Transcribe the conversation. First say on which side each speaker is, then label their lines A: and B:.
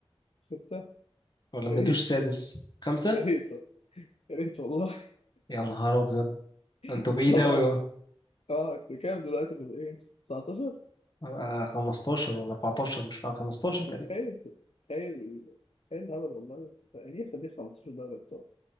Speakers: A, on the left; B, on the left.
A: ستة
B: ولا
A: يا
B: مجبتوش
A: ريت
B: السادس خمسة
A: يا ريت يا ريت والله
B: يا نهار ابيض
A: <laughs>
B: انتوا بعيد
A: طبعا
B: اوي
A: اه انتوا كام دلوقتي في الايه 19
B: اه. 15 ولا 14 مش فاهم 15 تقريبا
A: متخيل تخيل تخيل الهبل والله يعني ياخد ليه 15 دوري ابطال